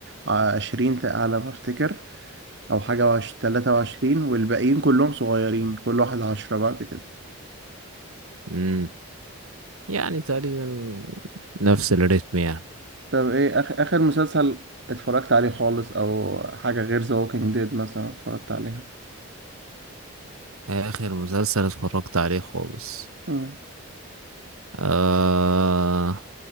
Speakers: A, on the right (about 55°); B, on the right (about 85°).
A: عشرين على ما افتكر او حاجة وعش... تلاتة وعشرين والباقيين كلهم صغيرين كل واحد عشرة بعد كده
B: اوف يعني تقريبا نفس الريتم يعني
A: طب ايه اخ... اخر مسلسل اتفرجت عليه خالص او حاجة غير ذا ووكينج ديد مثلا اتفرجت عليها
B: آخر مسلسل اتفرجت عليه خالص
A: مم.
B: آه...